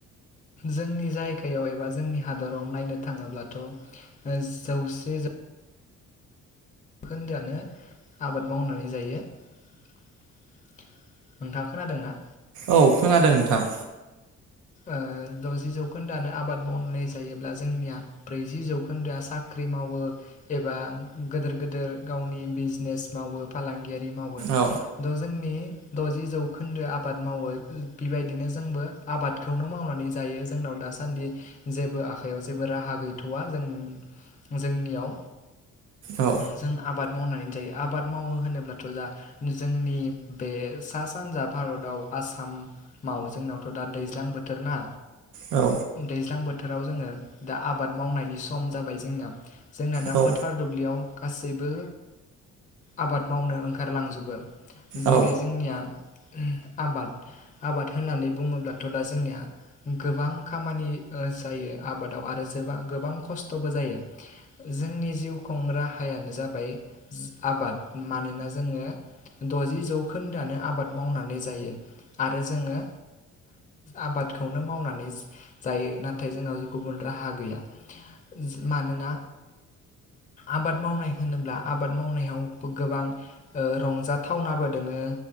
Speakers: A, on the left; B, on the right.
A: जोंनि जायगायाव एबा जोंनि हादराव नायनो थांङोब्ला जौसे खोन्दोआनो आबाद मावनानै जायो नोंथाङा खोनादोंना?
B: औ खोनादों नोंथां।
A: ओ द'जि जौखोन्दानो आबाद मावनानै। दायोब्ला जोंनिया ब्रौजि जौखोन्दोया साख्रि मावो एबा गोदोर गोदोर गावनि बिजिनेस मावो फालांगि मावगोन
B: औ
A: थ' जोंनि द'जि जौखोन्दो आबाद मावो बेबायदिनो जोंबो आबाद खौनो मावनानै जायो जोंनाव दासानदि जेबो आखाइयाव जेबो राहा गैथ'वा जों जोंनियाव
B: औ
A: जों आबाद मावनानै जायो आबाद मावो होनोब्लाथ' दा जोंनि बे सा सानजा भारताव आसामाव जोंनावथ' दा दै ज्लां बोथोर ना
B: औ
A: दैज्लां बोथ थोराव जोङो दा आबाद मावनायनि सम जाबाय जोंना। जोंना दा
B: औ
A: फोथार दुब्लियाव गासैबो आबाद मावनो ओंखारलांजोबो। जेरै
B: औ
A: जोंनिया आबाद आबाद होननानै बुङोब्ला थ' दा जोंनिया गोबां खामानि ओ जायो आबादाव। आरो जोबा गोबां खस्थ' थ'बो जायो। जोंनि जिउ खुंग्रा राहायानो जाबाय आबाद मानोना जोङो द'जि जौखोन्दोआनो आबाद मावनानै जायो। आरो जोङो आबादखौनो मावनानै जा जायो नाथाय जोंनाव गुबुन राहा गैया जो मानोना आबाद मावनाय होनोब्ला आबाद मावनायाव गोबां ओ रंजाथावनाबो दोङो